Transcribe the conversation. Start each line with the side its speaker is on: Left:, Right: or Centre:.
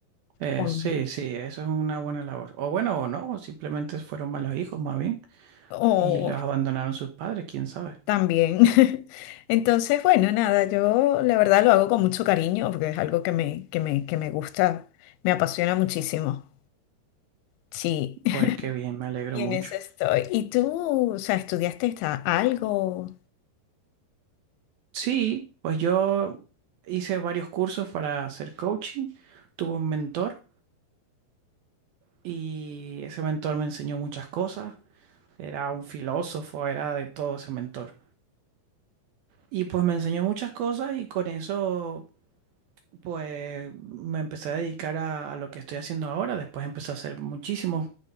Right: Eh,
Left: con,
Right: sí, sí, eso es una buena labor. O bueno, o no, o simplemente fueron malos hijos más bien
Left: o
Right: y los abandonaron sus padres, quién sabe.
Left: También. <laughs> Entonces, bueno, nada, yo la verdad lo hago con mucho cariño porque es algo que me, que me, que me gusta, me apasiona muchísimo. Sí, <laughs>
Right: Pues qué bien, me alegro
Left: y
Right: mucho.
Left: en eso estoy. ¿Y tú, o sea, estudiaste esta- algo?
Right: Sí, pues yo hice varios cursos para hacer coaching, tuve un mentor y ese mentor me enseñó muchas cosas, era un filósofo, era de todo ese mentor. Y pues me enseñó muchas cosas y con eso pues me empecé a dedicar a, a lo que estoy haciendo ahora, después empecé a hacer muchísimos